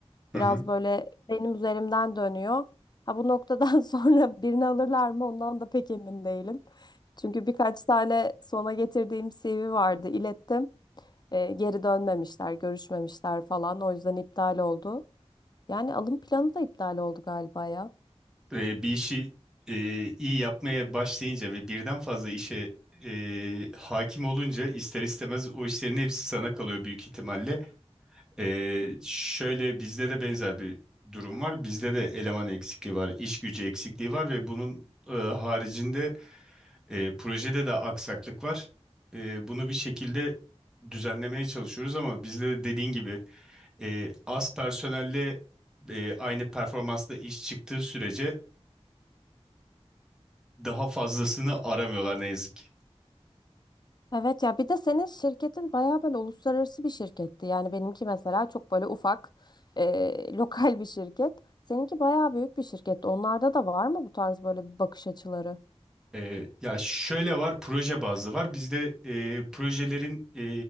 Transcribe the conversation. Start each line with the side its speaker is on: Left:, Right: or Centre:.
Centre: Hı
Left: Biraz
Centre: hı.
Left: böyle benim üzerimden dönüyor. Ha bu noktadan <laughs> sonra birini alırlar mı ondan da pek emin değilim. Çünkü birkaç tane sona getirdiğim CV vardı, ilettim. Ee, geri dönmemişler, görüşmemişler falan. O yüzden iptal oldu. Yani alım planı da iptal oldu galiba ya.
Centre: E, bir işi e, iyi yapmaya başlayınca ve birden fazla işe e, hakim olunca ister istemez o işlerin hepsi sana kalıyor büyük ihtimalle. Ee, şöyle bizde de benzer bir durum var. Bizde de eleman eksikliği var, iş gücü eksikliği var ve bunun e, haricinde e, projede de aksaklık var. E, bunu bir şekilde düzenlemeye çalışıyoruz ama bizde de dediğin gibi e, az personelle e, aynı performansla iş çıktığı sürece daha fazlasını aramıyorlar ne yazık ki.
Left: Evet ya bir de senin şirketin bayağı böyle uluslararası bir şirketti. Yani benimki mesela çok böyle ufak, e, <laughs> lokal bir şirket. Seninki bayağı büyük bir şirket. Onlarda da var mı bu tarz böyle bir bakış açıları?
Centre: Ee, ya şöyle var, proje bazlı var. Bizde e, projelerin e,